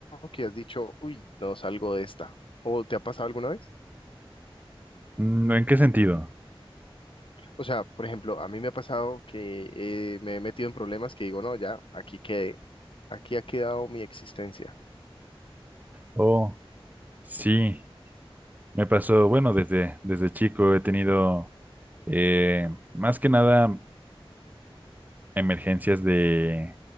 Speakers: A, on the left (about 60°); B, on the right (about 15°).
A: que has dicho, uy, no salgo de esta? ¿O te ha pasado alguna vez?
B: Mm, ¿En qué sentido?
A: O sea, por ejemplo, a mí me ha pasado que eh, me he metido en problemas que digo, no, ya, aquí quedé, aquí ha quedado mi existencia.
B: Oh, sí. Me pasó, bueno, desde, desde chico he tenido eh, más que nada emergencias de,